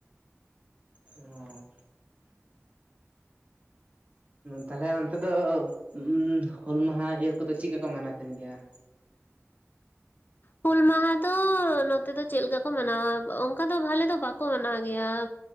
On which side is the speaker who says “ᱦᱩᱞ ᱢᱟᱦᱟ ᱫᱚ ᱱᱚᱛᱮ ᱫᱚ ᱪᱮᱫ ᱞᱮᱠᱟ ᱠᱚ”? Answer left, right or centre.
Left